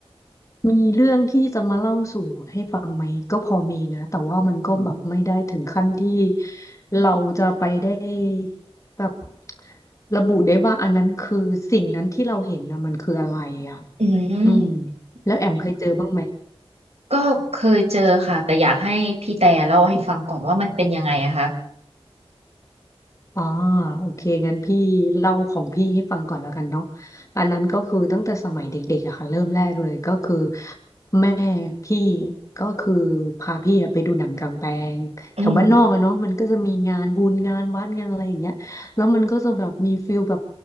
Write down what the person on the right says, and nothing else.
อืม
อืม
ก็เคยเจอค่ะแต่อยากให้พี่แต่เล่าให้ฟังก่อนว่ามันเป็นยังไงอะคะ
อืม